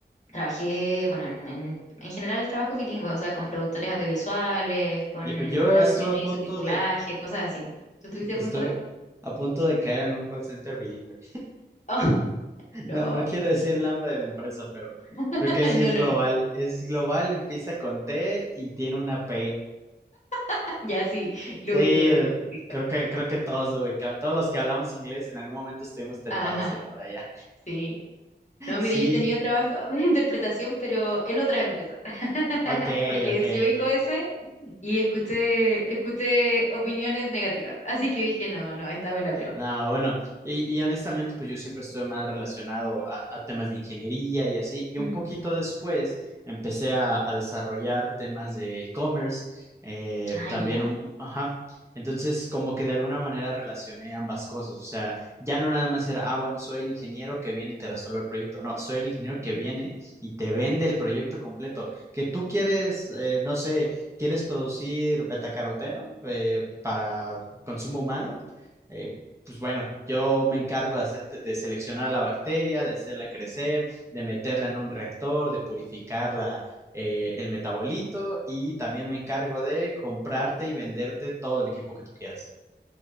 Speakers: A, on the left (about 40°); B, on the right (about 15°).
A: trabajé, bueno, en, en, en general trabajo bilingüe, o sea, con productores audiovisuales, con
B: Yo, yo
A: traducciones
B: estuve a punto
A: y subtitulaje,
B: de,
A: cosas así. ¿Tú tuviste
B: estoy
A: punto D?
B: a punto de caer en un call center bilingüe.
A: Oh, no,
B: No, no quiero decir el nombre de la empresa, pero
A: <laughs>
B: creo que sí
A: no,
B: es
A: no,
B: global.
A: no.
B: Es global, empieza con T y tiene una P.
A: <laughs> Ya sí, lo
B: Sí,
A: ubico,
B: eh,
A: lo ubico, lo ubico.
B: creo que, creo que todos lo ubicamos. Todos los que hablamos inglés en algún momento estuvimos tentados
A: Ajá,
B: a ir para allá.
A: sí.
B: <laughs>
A: No,
B: Sí,
A: mire, yo he tenido trabajo <laughs> de interpretación, pero en otras empresas, <laughs>
B: ok,
A: porque
B: ok,
A: sí ubico
B: ok.
A: ese y escuché, escuché opiniones negativas, así que dije, no, no, esta me la pierdo.
B: No, bueno, y, y honestamente, pues yo siempre estuve más relacionado a, a temas de ingeniería y así, y un
A: Mm.
B: poquito después empecé a, a desarrollar temas de e-commerce, eh,
A: Ay,
B: también,
A: ya.
B: un, ajá, entonces como que de alguna manera relacioné ambas cosas, o sea, ya no nada más era, ah, bueno, soy el ingeniero que viene y te resuelve el proyecto, no, soy el ingeniero que
A: ya. Ujú.
B: viene y te vende el proyecto completo, que tú quieres, eh, no sé, quieres producir betacaroteno eh, para consumo humano. Eh, pues bueno, yo me encargo de, hacer, de seleccionar la bacteria, de hacerla crecer, de meterla en un reactor, de purificarla eh, el metabolito y también me encargo de comprarte y venderte todo el equipo que tú quieras.